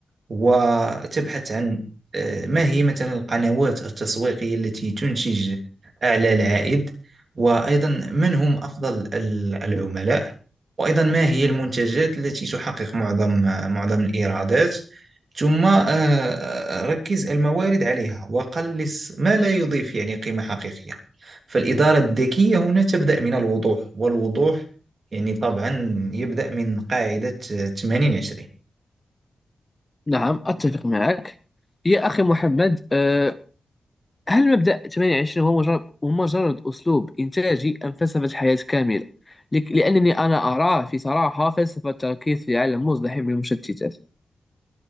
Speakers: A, on the right; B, on the left.
A: وتبحث عن آه، ما هي مثلا القنوات التسويقية التي تنتج أعلى العائد وأيضا من هم أفضل ال- العملاء وأيضا ما هي المنتجات التي تحقق معظم آه، معظم الإيرادات ثم آه، آه، ركز الموارد عليها وقلص ما لا يضيف يعني قيمة حقيقية فالإدارة الذكية هنا تبدأ من الوضوح والوضوح يعني طبعا يبدأ من قاعدة 80 20
B: نعم أتفق معك يا أخي محمد أه هل مبدأ 28 هو مجرد هو مجرد أسلوب إنتاجي أم فلسفة حياة كاملة؟ لك- لأنني أنا أراه في صراحة فلسفة تركيز في عالم مزدحم بالمشتتات.